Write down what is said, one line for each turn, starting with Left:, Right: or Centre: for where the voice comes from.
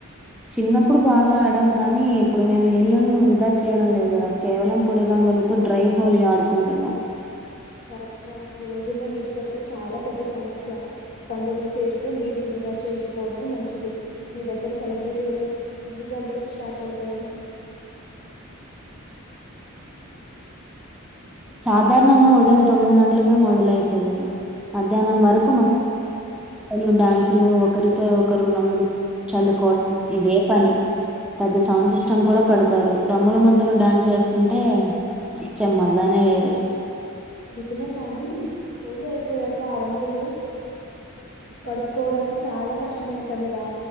Centre: చిన్నప్పుడు బాగా ఆడం కానీ ఇప్పుడు మేం నీళ్ళని వృధా చేయడం లేదుర కేవలం పొడి రంగులు తో డ్రై హోలి ఆడుకుంటున్నాం.
Left: కరెక్టరా ఈ రోజుల్లో నీటి కొరతో చాలా పెద్ద సమస్య. పండుగల పేరుతో నీటిని వృధా చేయకపోవడమే మంచిది మీ దగ్గర సెలబ్రిటీలు ఎన్ని గంటలకు స్టార్ట్ అవుతాయి
Centre: సాధారణంగా ఉదయం తొమ్మిది గంటలకె మొదలైతుంది మధ్యాహ్నం వరకు మ లు డ్యాన్సులు ఒకరిపై ఒకరు రంగులు చల్లుకోవడం ఇదే పని పెద్ద సౌండ్ సిస్టమ్ గూడా పెడతారు రంగుల మధ్యలో డ్యాన్స్ వేస్తుంటే చ్చేమ్మా దానే వేరు
Left: నిజనే కానీ హోలీ అయిపోయాక ఆ రంగులు కడుక్కోవడానికి చాలా కష్టమైన పనిరా